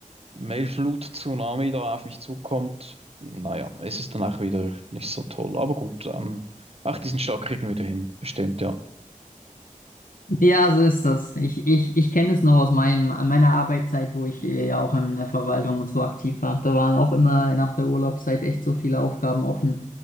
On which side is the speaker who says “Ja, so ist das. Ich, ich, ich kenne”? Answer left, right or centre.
Left